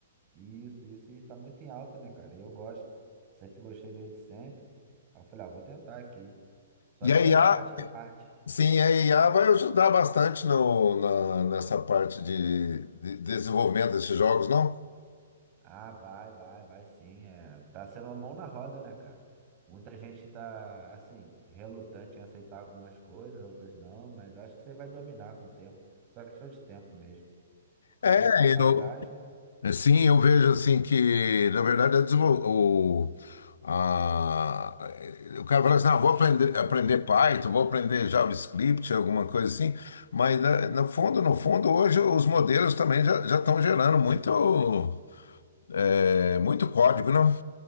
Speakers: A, on the right; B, on the left.
A: Isso, isso. E tá muito em alta, né, cara? E eu gosto. Sempre gostei desde sempre. Aí eu falei, ah, vou tentar aqui. Só
B: E
A: que
B: a
A: eu quero
B: IA,
A: ver a parte da arte.
B: sim, a IA vai ajudar bastante no, na, nessa parte de, de desenvolvimento desses jogos, não?
A: Ah, vai, vai, vai sim. É. Tá sendo uma mão na roda, né, cara? Muita gente tá, assim, relutante em aceitar algumas coisas, outras não, mas acho que você vai dominar com o tempo. Só questão de tempo mesmo.
B: É,
A: E quem ficar pra
B: eu,
A: trás, né?
B: É, Sim, eu vejo assim que, na verdade, a desenvol- o, a- o cara fala assim, ah, vou aprender, aprender Python, vou aprender JavaScript, alguma coisa assim, mas né, no fundo, no fundo, hoje os modelos também já já estão gerando muito, é, muito código, não?